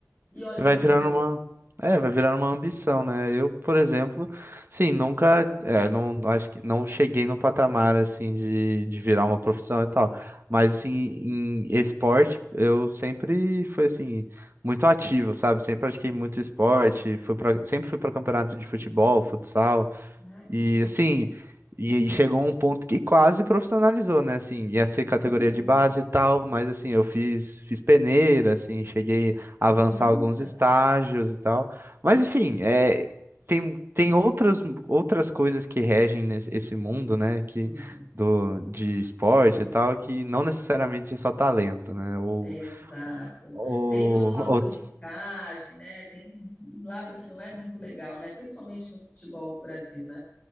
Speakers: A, on the left; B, on the right.
A: e olha
B: Vai
A: o que ele
B: virando
A: virou.
B: uma. É, vai virando uma ambição, né? Eu, por exemplo, sim, nunca. É, não, acho que não cheguei no patamar, assim, de, de virar uma profissão e tal. Mas, assim, em esporte, eu sempre fui, assim, muito ativo, sabe? Sempre pratiquei muito esporte. Fui pra, sempre fui para campeonato de futebol, futsal.
A: Ah, que
B: E
A: legal.
B: assim, e, e chegou um ponto que quase profissionalizou, né? Assim, ia ser categoria
A: É mesmo.
B: de base e tal, mas assim, eu fiz, fiz peneira, assim, cheguei a avançar
A: Nossa.
B: alguns estágios e tal. Mas enfim, é, tem, tem outras, outras coisas que regem nesse, esse mundo,
A: Uhum,
B: né? Que,
A: uhum.
B: do, de esporte e tal, que não necessariamente é só talento, né? Ou,
A: Exato.
B: ou,
A: Tem toda uma
B: <laughs> ou
A: politicagem, né? Tem um, um lado que não é muito legal, né? Principalmente no futebol do Brasil, né?